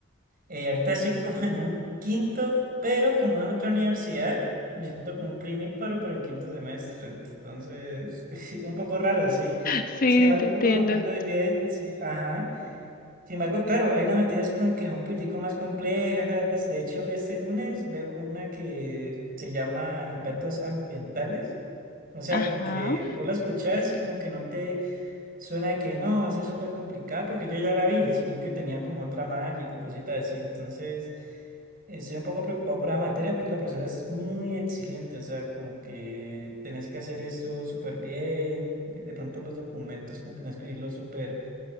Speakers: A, on the right; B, on the left.
A: Eh, ahorita estoy como en un quinto, pero como es otra universidad, me siento como un primíparo, pero en quinto semestre. Entonces, <laughs> un poco raro, sí.
B: Sí,
A: Sin embargo,
B: te entiendo.
A: ahí le doy bien, sí. Ajá. Sin embargo, claro, hay unas materias como que son un poquitico más complejas. De hecho, este lunes veo una que se llama impactos ambientales. O sea,
B: Ajá.
A: como que vos la escuchás y como que no te Suena que no, va a ser súper complicada porque yo ya la vi, sino que tenía como otra malla y cositas así. Entonces, estoy un poco preocupado por la materia porque la profesora es muy exigente, o sea, como que tenés que hacer esto súper bien, de de pronto los documentos como que tenés que escribirlos súper,